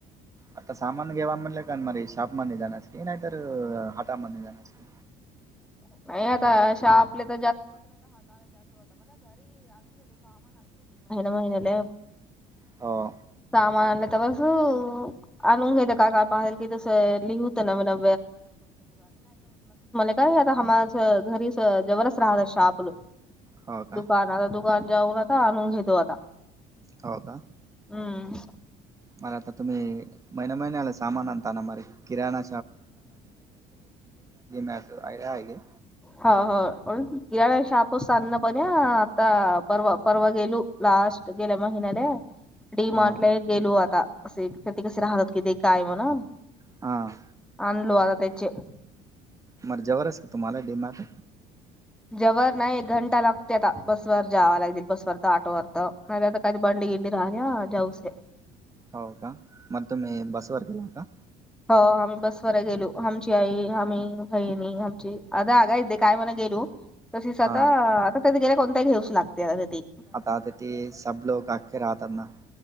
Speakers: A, on the right; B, in the centre.
A: आता सामान घ्यावा म्हटलं का म शॉपमध्ये जाण्यास की नाहीतर हटामध्ये जाण्यास की.
B: <unintelligible> <unintelligible> महिन महिन्याला.
A: हा.
B: सामान <unintelligible> आणून घेतेत काय काय पाहिल की तसं लिहूतं <unintelligible> मला काय आता हम <unintelligible>
A: हो का
B: दुकान. आता दुकान जाऊन आता आणून घेतो आता.
A: हो का?
B: हम्म
A: मला आता तुम्ही- महिन्या महिन्याला सामान <unintelligible> किराणा <unintelligible> आहे
B: हो. हो. किराणा <unintelligible> आता परवा परवा गेलू. लास्ट गेल्या महिन्याला. डी
A: हा
B: मार्टले गेलो आता. असे ते ते कसे राहतात कि ते काय ए म्हणून.
A: हां.
B: आनलो आता त्याचे-
A: मग जवळ असल तुम्हाला डी मार्ट.
B: जवळ नाही एक घंटा लागते आता, बसवर जावा लागेल बसवरन ऑटोवर तर मला तर काही भांडी येती राहीना, जाऊच दे.
A: हो का? मग तुम्ही बसवर गेला का?
B: हो आम्ही बसवर गेलो, आमची आई, आम्ही, बहिणी आमची, अग आई ते काय म्हणते गो? तशीच आता
A: हा
B: आता त्याला कोणताही दिवस लागतोया आता तेथे.
A: आता तिथे सब लोक आके राहता ना.